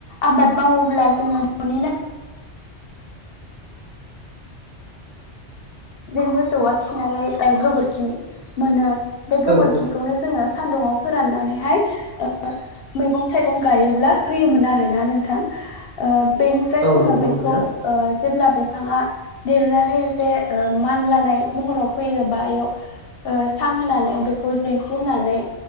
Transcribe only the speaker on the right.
औ औ
औ
नंगौ
नोंथां।